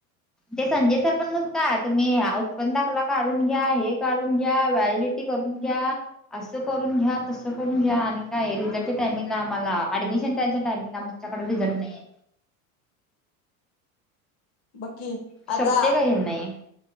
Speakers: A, in the centre; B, on the left.
A: ते संजय सर पण नुसता तुम्ही उत्पन्नाकला काढून घ्या, हे काढून घ्या, वॅलिडिटी करून घ्या, असं करून घ्या तस करून घ्या आणि काय रिझल्टच्या टाइमिंगला आम्हाला ऍडमिशन त्यायच्या टाइमिंगला आमच्याकड रिझल्ट नाहीये.
B: ब कि आता
A: शोभते का हे नाही